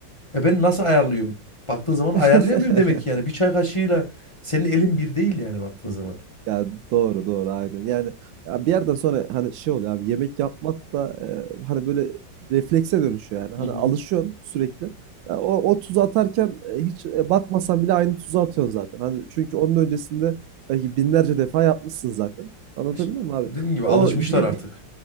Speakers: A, on the left; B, on the right.
A: Ya ben nasıl ayarlıyorum? Baktığın zaman
B: <laughs>
A: ayarlayamıyorum demek ki yani. Bir çay kaşığıyla senin elin bir değil yani baktığın zaman.
B: Ya doğru doğru aynen. Yani ya bir yerden sonra hani şey oluyor abi yemek yapmak da e, hani böyle reflekse dönüşüyor yani. Hani
A: Hı hı.
B: alışıyorsun sürekli. Ya o, o tuzu atarken e, hiç e, bakmasan bile aynı tuzu atıyorsun zaten. Hani çünkü onun öncesinde belki binlerce defa yapmışsın zaten. Anlatabildim
A: E Şimdi
B: mi abi?
A: dediğin gibi
B: O
A: alışmışlar
B: bir,
A: artık.
B: bir-